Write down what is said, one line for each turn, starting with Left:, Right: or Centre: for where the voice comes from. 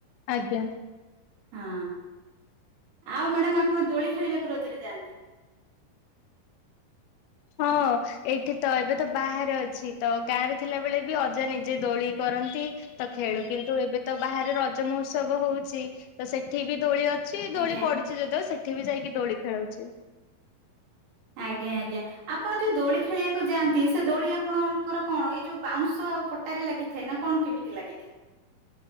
Left: ଆଜ୍ଞା।
Right: ହଁ ଆଉ ମ୍ୟାଡ଼ାମ ଆପଣ ଦୋଳି ଖେଳିବାକୁ ରଜରେ ଯାଆନ୍ତି?
Left: ହଁ। ଏଇଠି ତ ଏବେ ତ ବାହାରେ ଅଛି ତ ଗାଁରେ ଥିଲା ବେଳେ ବି ଅଜା ନିଜେ ଦୋଳି କରନ୍ତି। ତ ଖେଳୁ କିନ୍ତୁ ଏବେ ତ ବାହାରେ ରଜ ମହୋତ୍ସବ ହଉଛି ତ ସେଠି ବି ଦୋଳି ଅ ଛି
Right: ଆଜ୍ଞା
Left: ଦୋଳି ପଡିଛି ଯଦିଓ ସେଠି ବି ଯାଇକି ଦୋଳି ଖେଳଉଛି।
Right: ଆଜ୍ଞା ଆଜ୍ଞା। ଆପଣ ଯୋଉ ଦୋଳି ଖେଳିଆକୁ ଯାଆନ୍ତି ସେ ଦୋଳି ଆପଣଙ୍କର କଣ ଏଇ ଯୋଉ ବାଉଁଶ ଆଉ ପଟାରେ ଲାଗି ଥାଏ ନା କଣ କେମିତି ଲାଗିଥାଏ?